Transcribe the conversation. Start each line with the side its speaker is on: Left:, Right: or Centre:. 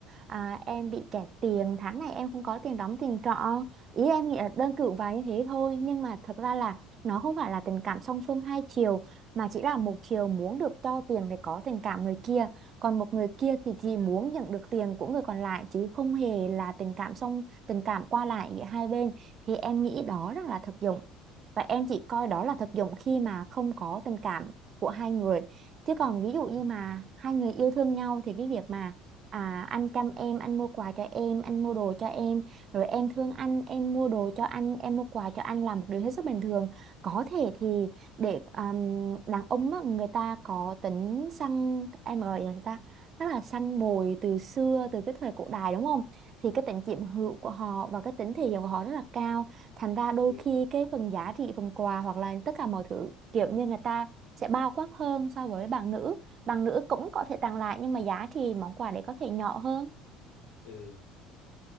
Right: à, em bị kẹt tiền tháng này em không có tiền đóng tiền trọ ý em nghĩ là đơn cử và như thế thôi nhưng mà thật ra là nó không phải là tình cảm song phương hai chiều mà chỉ là một chiều muốn được cho tiền để có tình cảm người kia còn một người kia thì chỉ muốn nhận được tiền của người còn lại chứ không hề là tình cảm song tình cảm qua lại giữa hai bên thì em nghĩ đó rất là thực dụng và em chỉ coi đó là thực dụng khi mà không có tình cảm của hai người chứ còn ví dụ như mà
Left: ừ.
Right: hai người yêu thương nhau thì cái việc mà à, anh chăm em anh mua quà cho em anh mua đồ cho em rồi em thương anh em mua đồ cho anh em mua quà cho anh là một điều hết sức bình thường có thể thì để um, đàn ông á, người ta có tính săn em gọi là người ta rất là săn mồi từ xưa từ cái thời cổ đại đúng không thì cái tính chiếm hữu của họ và cái tính thể hiện của họ rất là cao thành ra đôi
Left: Ừ.
Right: khi cái phần giá trị phần quà hoặc là tất cả mọi thứ kiểu như người ta sẽ bao quát hơn so với bạn nữ bạn nữ cũng có
Left: Ừ.
Right: thể tặng lại nhưng mà giá trị món quà đấy có thể nhỏ hơn
Left: ừ